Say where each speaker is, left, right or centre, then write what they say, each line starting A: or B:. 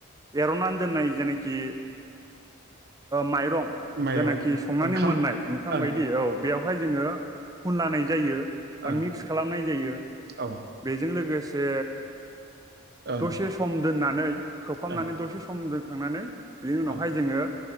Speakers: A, on the right; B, on the right.
A: एरनानै दोननाय जेनाखि माइरं
B: माइरं
A: जायनाखि संनानै
B: ओंखाम
A: मोननाय ओंखाम
B: ओं
A: बायदि
B: ओं
A: औ बेयावहाय जोङो फुन लानाय जायो बा
B: ओं
A: मिक्स खालामनाय जायो
B: औ
A: बेजों लोगोसे
B: ओं
A: दसे सम दोननानै खोबहाबनानै
B: ओं
A: दसे सम दोनखांनानै बिनि उनावहाय
B: औ
A: जोङो